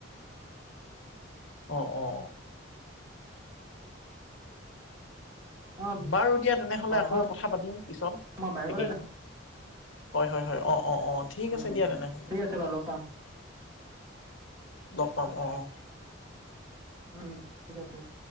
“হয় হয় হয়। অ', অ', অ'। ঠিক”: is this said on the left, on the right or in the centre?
Left